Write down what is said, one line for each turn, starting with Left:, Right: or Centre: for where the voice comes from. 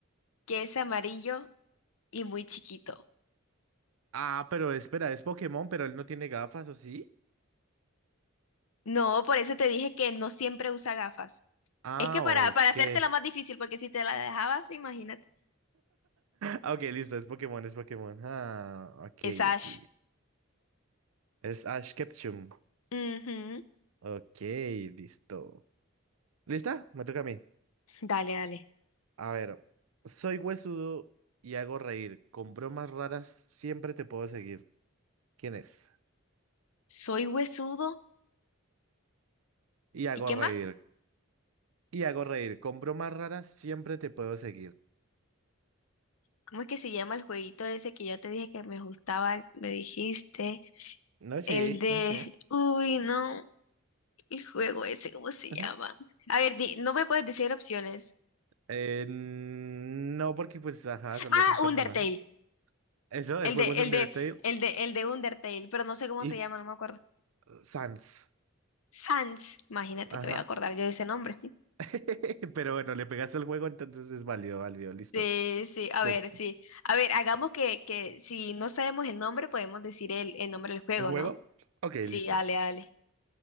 Left: que es amarillo y muy chiquito.
Right: Ah, pero espera, es Pokémon, pero él no tiene gafas, ¿o sí?
Left: No, por eso te dije que no siempre usa gafas.
Right: Ah,
Left: Es que para,
Right: ok.
Left: para hacértela
Right: <laughs>
Left: más difícil, porque si te la dejabas, imagínate.
Right: Ah, Ok, listo, es Pokémon, es Pokémon. Ah, ok,
Left: Es Ash.
Right: ok. Es Ash Ketchum.
Left: Ujú.
Right: Ok, listo. ¿Lista? Me toca a mí.
Left: Dale, dale.
Right: A ver, soy huesudo y hago reír. Con bromas raras siempre te puedo seguir. ¿Quién es?
Left: Soy huesudo.
Right: Y hago
Left: ¿Y qué
Right: reír.
Left: más?
Right: Y hago reír. Con bromas raras siempre te puedo seguir.
Left: ¿Cómo es que se llama el jueguito ese que yo te dije que me gustaba? Me dijiste.
Right: No
Left: El
Right: sé,
Left: de...
Right: no sé.
Left: Uy, no. El juego ese, ¿cómo se
Right: <laughs>
Left: llama? A ver, di- no me puedes decir opciones.
Right: Eh, no, porque pues, ajá, solo
Left: Ah,
Right: es un personaje.
Left: Undertale.
Right: Eso,
Left: El
Right: el juego
Left: de,
Right: es Undertale
Left: el de, el de, el de Undertale, pero no sé cómo
Right: y
Left: se llama, no me acuerdo.
Right: Sans.
Left: Sans, imagínate
Right: Ajá.
Left: que voy a acordar yo de ese nombre. <laughs>
Right: <laughs> Pero bueno, le pegaste el juego, entonces es válido, válido, listo.
Left: Sí, sí, a
Right: Te-
Left: ver, sí. A ver, hagamos que, que si no sabemos el nombre, podemos decir el, el nombre del juego,
Right: ¿El juego?
Left: ¿no?
Right: Ok,
Left: Sí,
Right: listo.
Left: dale, dale.